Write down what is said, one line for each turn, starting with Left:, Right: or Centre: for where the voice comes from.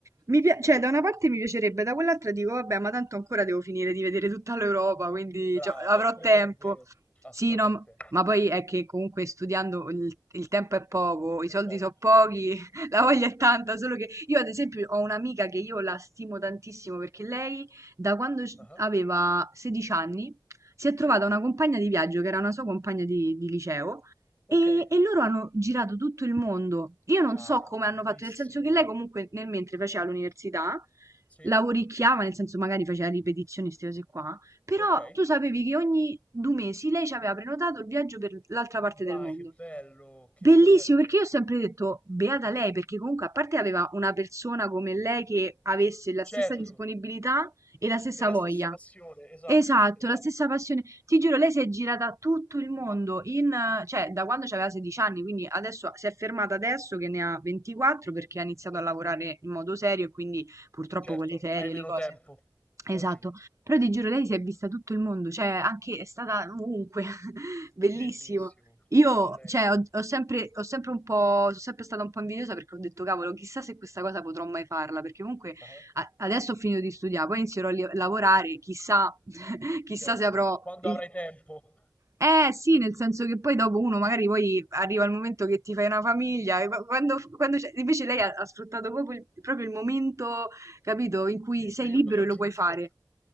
Right: mi
Left: Stupendo.
Right: pia- cioè, da una parte mi piacerebbe, da quell'altra dico, vabbè, ma tanto ancora devo finire di vedere tutta l'Europa, quindi
Left: Brava,
Right: cioè, avrò
Left: eppure
Right: tempo.
Left: quello è vero. Assolutamente.
Right: Sì, no, ma ma poi è che comunque studiando il, il tempo è poco, i
Left: È
Right: soldi
Left: poco,
Right: sono pochi, <laughs> la
Left: certo,
Right: voglia è tanta,
Left: cer
Right: solo che io ad esempio ho un'amica che io la stimo tantissimo perché lei da quando c-
Left: Ah-ah,
Right: aveva 16 anni si è trovata
Left: sì,
Right: una compagna di viaggio che era una sua compagna di di liceo
Left: okay.
Right: e, e loro hanno girato tutto il mondo. Io non
Left: Ah,
Right: so come
Left: bellissimo.
Right: hanno fatto, nel senso che lei comunque nel mentre faceva l'università,
Left: Sì,
Right: lavoricchiava, nel senso magari faceva ripetizioni, queste cose qua, però
Left: okay.
Right: tu sapevi che ogni due mesi lei ci aveva prenotato il viaggio per l'altra parte
Left: Dai,
Right: del mondo.
Left: che bello, che
Right: Bellissimo,
Left: bello.
Right: perché io ho sempre detto, beata lei, perché comunque a parte aveva una persona come lei che avesse la stessa
Left: Certo,
Right: disponibilità e la stessa
Left: è la
Right: voglia.
Left: stessa passione, esatto,
Right: Esatto,
Left: esatto.
Right: la stessa passione. Ti giuro, lei si è girata tutto il mondo in, eh, cioè, da quando aveva 16 anni, quindi adesso si è fermata adesso che ne ha 24 perché ha iniziato
Left: Mh-mh.
Right: a lavorare in modo serio e quindi purtroppo
Left: Certo,
Right: con le ferie,
Left: hai
Right: le
Left: meno
Right: cose.
Left: tempo,
Right: Esatto.
Left: logico.
Right: Però ti giuro lei si è vista tutto il mondo, cioè anche è stata ovunque, <laughs> bellissimo.
Left: Bellissimo,
Right: Io,
Left: beata a lei.
Right: cioè, ho, ho sempre, ho sempre un po', sono sempre stata un po' invidiosa perché ho detto, cavolo, chissà se questa cosa potrò mai farla, perché comunque
Left: Ah-ah,
Right: a- adesso ho finito di studiare, poi inizierò a li- lavorare, chissà, <laughs> chissà
Left: certo.
Right: se avrò...
Left: Quando
Right: il-
Left: avrai tempo.
Right: Eh sì, nel senso che poi dopo uno magari poi arriva il momento che ti fai una famiglia, e qua- quando, quando c'è- invece lei ha, ha sfruttato proprio il, proprio il momento, capito, in cui
Left: Sì, il
Right: sei
Left: Periodo
Right: libero e
Left: giusto.
Right: lo puoi fare.